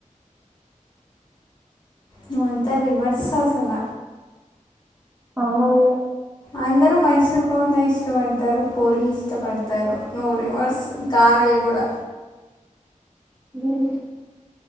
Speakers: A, on the left; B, on the right.
A: ను అంత రివర్స్ అసల
B: అవును లే
A: అందరు మైసూర్ బోండా ఇష్టపడతారు పూరి ఇష్టపడతారు నువ్వు రివర్స్ గారెలు కూడా
B: మ్మ్